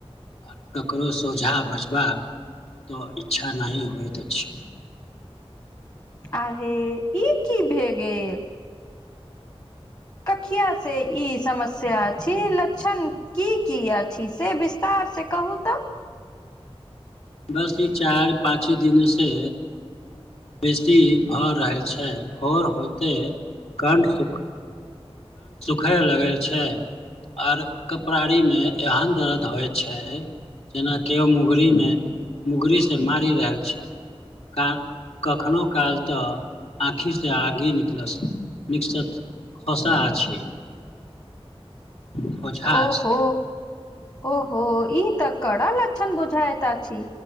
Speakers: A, on the left; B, on the left.
A: आ ककरो सोझा बजबाक तऽ इच्छा नहि होइत अछि।
B: आहे ई कि भे गेल। कखिया से ई समस्या छी। लक्षण किय किया छी से विस्तार से कहू तऽ।
A: बस ई चारि पाँचे दिन से बेसी भऽ रहल छै। भोर होइते कण्ठ सुख खय लगय छै, आर कपड़ारी मे एहन दर्द होइ छै जेना किओ मुगरी मे, मुगरी से मारै ल आयल छै। का कखनोहु काल तऽ आँखिसँ आगि निकलस निकसत पसा अछि। ओझा
B: ओहो
A: अछि
B: ओहो ई तऽ कड़ा लक्षण बुझायत अछि।